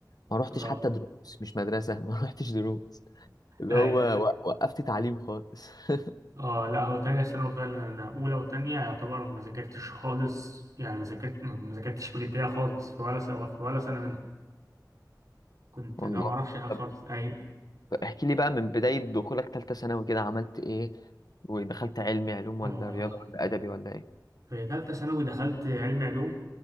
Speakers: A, on the left; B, on the right.
A: ما روحتش
B: اه
A: حتى دروس مش مدرسه <laughs> ما روحتش دروس اللي
B: ايوه
A: هو و- وقفت تعليم خالص <laughs>
B: اه لا هو تانية ثانوي فعلا انا اولى وتانية يعتبر ما ذاكرتش خالص يعني ما ذاكرت ما ما ذاكرتش بجدية خالص في ولا سنة في ولا سنة منهم كنت
A: والله
B: لا ما اعرفش حاجة خالص
A: طب
B: ايوه
A: احكي لي بقى من بداية دخولك تالتة ثانوي كده عملت ايه ودخلت علمي علوم
B: اه
A: ولا رياضة ولا أدبي ولا ايه
B: في تالتة ثانوي دخلت علم علوم